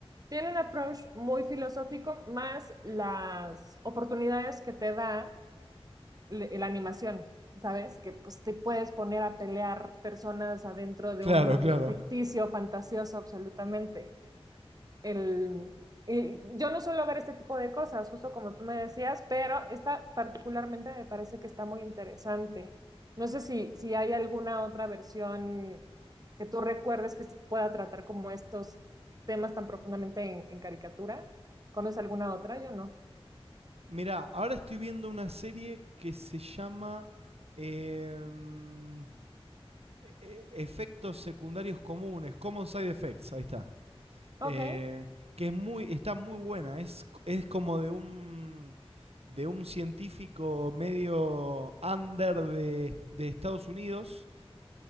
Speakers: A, on the right (about 40°); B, on the right (about 75°).
A: Tiene un approach muy filosófico, más las oportunidades que te da le- la animación, ¿sabes? Que pues te puedes poner a pelear personas adentro de
B: Claro,
A: un mundo
B: claro.
A: ficticio, fantasioso, absolutamente el, y yo no suelo ver este tipo de cosas, justo como tú me decías, pero esta particularmente me parece que está muy interesante. No sé si, si hay alguna otra versión que tú recuerdes que pueda tratar como estos temas tan profundamente en, en caricatura. ¿Conoces alguna otra? Yo no.
B: Mirá, ahora estoy viendo una serie que se llama... em, e- efectos secundarios comunes, Common Side Effects, ahí está. eh,
A: Ok,
B: que es muy, está muy buena. Es, es como de un de un científico medio under de, de Estados Unidos